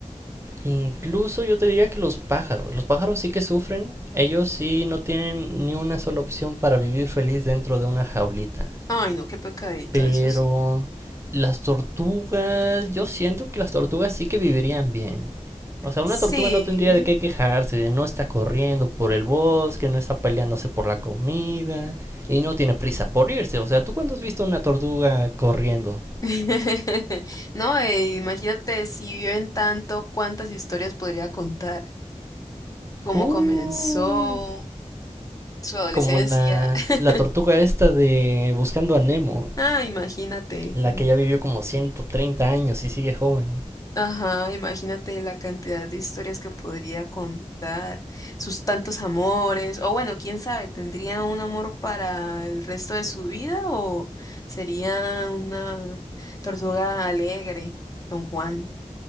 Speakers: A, on the right (about 20°); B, on the left (about 30°).
A: Incluso yo te diría que los pájaros, los pájaros sí que sufren, ellos sí no tienen ni una sola opción para vivir feliz dentro de una jaulita.
B: Ay, no, qué pecadito,
A: Pero
B: eso sí.
A: las tortugas, yo siento que las tortugas sí que vivirían bien. O sea, una
B: Sí.
A: tortuga no tendría de qué quejarse, de no está corriendo por el bosque, no está peleándose por la comida y no tiene prisa por irse. O sea, ¿tú cuándo has visto una tortuga corriendo?
B: <laughs> No, eh, imagínate si viven tanto, cuántas historias podría contar, cómo
A: Uy,
B: comenzó. su adolescencia.
A: como la,
B: <laughs>
A: la tortuga esta de Buscando a Nemo,
B: Ah, imagínate.
A: la
B: mm,
A: que ya vivió como 130 años y sigue joven.
B: Ajá, imagínate la cantidad de historias que podría contar, sus tantos amores, o bueno, quién sabe, ¿tendría un amor para el resto de su vida o sería una tortuga alegre, Don Juan?